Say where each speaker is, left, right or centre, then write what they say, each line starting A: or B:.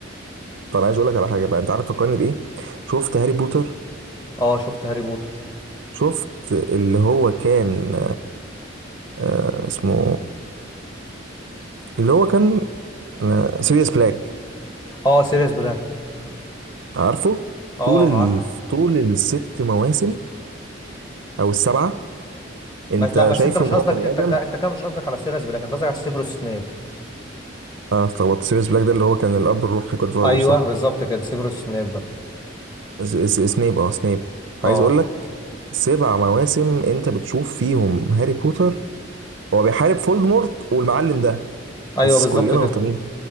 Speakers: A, on the right; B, on the left.
A: طب انا عايز اقول لك على حاجه بقى انت عارف فكرني بايه شفت هاري بوتر
B: اه شفت هاري بوتر
A: شفت اللي هو كان آه اسمه اللي هو كان انا سيريوس بلاك
B: اه سيريس بلاك
A: عارفه
B: اه
A: طول ال...
B: عارف
A: طول الست مواسم او السبعه انت
B: بس لا بس
A: شايفه
B: انت مش
A: ان هو
B: قصدك
A: بني
B: انت
A: ادم
B: لا انت كده مش قصدك على سيريس بلاك انت قصدك على سيفروس سنيب
A: اه اتلخبطت سيريوس بلاك ده اللي هو كان الاب الروحي جود فازر
B: ايوه
A: صح
B: بالظبط كده سيفروس سنيب بقى
A: س- س- سنيب اه سنيب
B: اه
A: عايز اقول لك سبع مواسم انت بتشوف فيهم هاري بوتر هو بيحارب فولدمورت والمعلم ده
B: ايوه
A: بس
B: بالظبط
A: كلنا
B: كده
A: غلطانين